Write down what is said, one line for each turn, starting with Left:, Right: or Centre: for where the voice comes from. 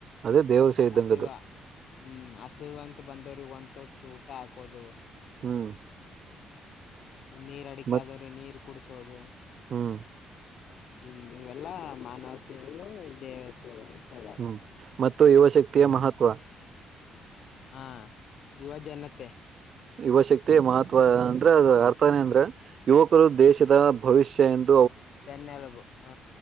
Right: ಅದೇ ದೇವ್ರ ಸೇ ಇದ್ದಂಗದು
Left: ಹಸಿವ ಹ್ಮ್ ಹಸಿವ ಅಂತ ಬಂದವ್ರಿಗೆಗ ಒಂದ್ ತೊಟ್ಟ ಊಟ ಹಾಕೋದು.
Right: ಹ್ಮ್.
Left: ಒಂದ್ ನೀರ್ ಅಡಿಕ
Right: ಮತ್
Left: ಆದವ್ರೆ ನೀರು ಕುಡಸೋದು.
Right: ಹ್ಮ್.
Left: ಹ್ಮ್ ಇವೆಲ್ಲಾ ಮಾನವ ಸೇವೆ ದೇವ ಸೇವೆ. ಹೇಳಾರ
Right: ಹ್ಮ್ ಮತ್ತು ಯುವ ಶಕ್ತಿಯ
Left: ಹ್ಮ್
Right: ಮಹತ್ವ.
Left: ಹಾ ಯುವ ಜನತೆ.
Right: ಯುವಶಕ್ತಿ ಮಹತ್ವ ಅಂದ್ರೆ ಅದ ಅರ್ಥನ ಅಂದ್ರ ಯುವಕರು ದೇಶದ ಭವಿಷ್ಯ ಎಂತ.
Left: ಬೆನ್ನೆಲುಬು ಹ